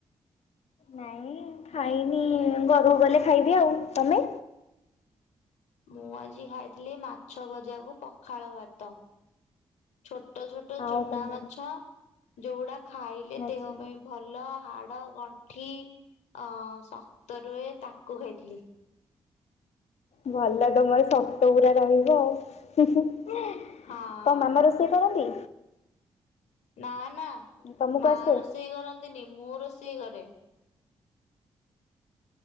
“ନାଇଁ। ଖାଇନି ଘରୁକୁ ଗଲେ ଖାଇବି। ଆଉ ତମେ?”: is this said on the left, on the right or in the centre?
Left